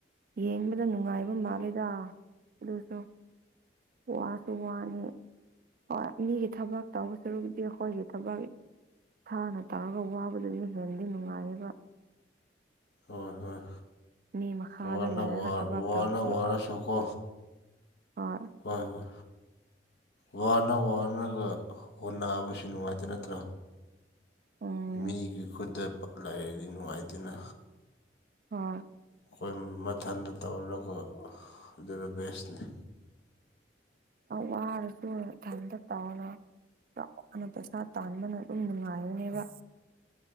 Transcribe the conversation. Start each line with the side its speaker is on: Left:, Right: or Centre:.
Right: ꯌꯦꯡꯕꯗ ꯅꯨꯡꯉꯥꯏꯕ ꯃꯥꯂꯦꯗ ꯑꯗꯨꯁꯨ ꯋꯥꯁꯨ ꯋꯥꯅꯤ ꯍ ꯃꯤꯒꯤ ꯊꯕꯛ ꯇꯧꯕ ꯁꯔꯨꯗꯤ ꯑꯩꯈꯣꯏꯒꯤ ꯊꯕꯛ ꯊꯥꯅ ꯇꯧꯔꯒ ꯋꯥꯕꯗꯗꯤ ꯍꯦꯟꯅꯗꯤ ꯅꯨꯡꯉꯥꯏꯌꯦꯕ
Left: ꯍꯣꯏ ꯍꯣꯏ
Right: ꯃꯤ ꯃꯈꯥꯗ
Left: ꯋꯥꯅ
Right: ꯂꯩꯔꯒ
Left: ꯋꯥ
Right: ꯊꯕꯛ
Left: ꯋꯥꯅ
Right: ꯇꯧꯕ
Left: ꯋꯥꯔꯁꯨꯀꯣ
Right: ꯑ
Left: ꯍꯣꯏ ꯍꯣꯏ ꯋꯥꯅ ꯋꯥꯅꯒ ꯑꯣꯟꯅꯕꯁꯨ ꯅꯨꯡꯉꯥꯏꯇꯦ ꯅꯠꯇ꯭ꯔꯥ
Right: ꯎꯝ
Left: ꯃꯤꯒꯤ ꯈꯨꯗ ꯂꯥꯏꯔꯒꯤ ꯅꯨꯡꯉꯥꯏꯇꯅ
Right: ꯑꯣ
Left: ꯑꯩꯈꯣꯏ ꯃꯊꯟꯗ ꯇꯧꯔꯔꯒ ꯑꯗꯨꯗ ꯕꯦꯁꯅꯤ
Right: ꯋꯥꯔꯁꯨ ꯏꯊ ꯍꯟꯗ ꯇꯥꯅ ꯆꯥꯎꯅ ꯄꯩꯁꯥ ꯇꯥꯟꯕꯅ ꯑꯗꯨꯝ ꯅꯨꯡꯉꯥꯏꯔꯅꯦꯕ